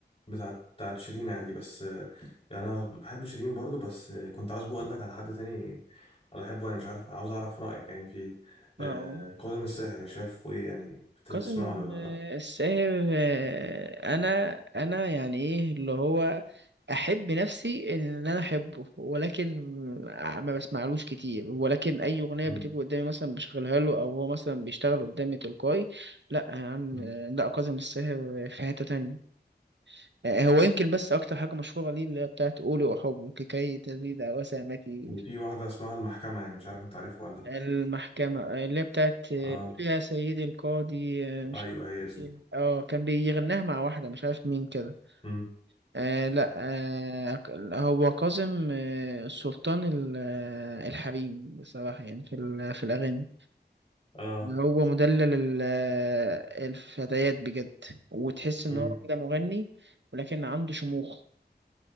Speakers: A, on the left (about 35°); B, on the right (about 80°).
A: بتاعت بتاعت شيرين عادي بس آه، يعني انا بحب شيرين برضو بس آه، كنت عاوز بقول لك على حد تاني انا بحبه انا مش عارف عاوز اعرف رايك يعني في
B: اه
A: آه، كاظم الساهر شاف ايه يعني بتسمعه
B: قاسم
A: ولا
B: آه،
A: لا
B: الساهر آه، انا انا يعني ايه اللي هو احب نفسي ان انا احبه ولكن آه، ما بسمعلوش كتير ولكن اي اغنيه
A: مم.
B: بتيجي قدامي مثلا بشغلها له او هو مثلا بيشتغل قدامي تلقائي لا يا عم
A: مم.
B: آه، لا قاسم الساهر في حته تانية آه، هو يمكن بس اكتر حاجه مشهوره ليه اللي هي بتاعت قولي احبك كي تزيد وسامتي
A: وفي واحده اسمها المحكمه يعني مش عارف انت عارفها ولا لا
B: المحكمة اللي هي بتاعت قول
A: اه
B: يا سيدي القاضي آه، مش
A: ايوه هي دي
B: اه كان بيغناها مع واحدة مش عارف مين كده
A: مم.
B: آه لا آه هو كاظم آه السلطان ال- آه، الحريم بصراحة يعني في ال- في الأغاني
A: اه
B: هو مدلل ال- آه، الفتيات بجد وتحس إن
A: امم
B: هو كده مغني ولكن عنده شموخ